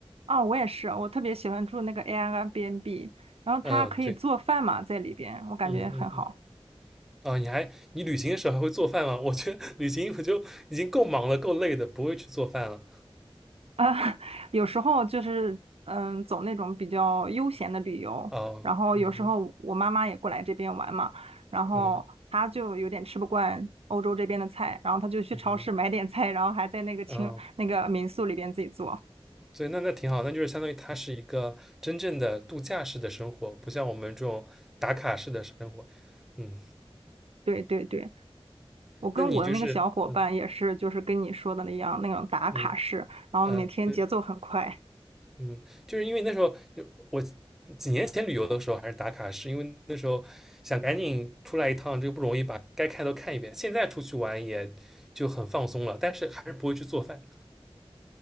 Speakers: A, on the right; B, in the centre.
A: 哦，我也是，我特别喜欢住那个 Airbnb，然后它可以做饭嘛，
B: 嗯，对，
A: 在里边，我感觉很好
B: 嗯嗯嗯，啊，你还你旅行的时候还会做饭吗？我觉得旅行我就已经够忙了，够累的，不会去做饭了。
A: 啊。<laughs> 有时候就是嗯，走那种比较悠闲的旅游，
B: 啊，
A: 然后有时候我妈妈也过来这边玩嘛，
B: 嗯嗯
A: 然后她就有点吃不惯欧洲这边的菜，
B: 嗯
A: 然后她就去超市买点菜，
B: 嗯
A: 然后还在那个清那个民宿里边自己做。
B: 嗯。所以那那挺好，那就是相当于它是一个真正的度假式的生活，不像我们这种打卡式的生活。嗯，
A: 对对对。我跟我的那个小伙伴也是，
B: 那你就是嗯
A: 就是跟你说的那样，那种打卡式，
B: 嗯
A: 然后每天节奏很快。
B: 啊对嗯，就是因为那时候就我几年前旅游的时候还是打卡式，因为那时候想赶紧出来一趟，这个不容易，把该看都看一遍。现在出去玩也就很放松了，但是还是不会去做饭。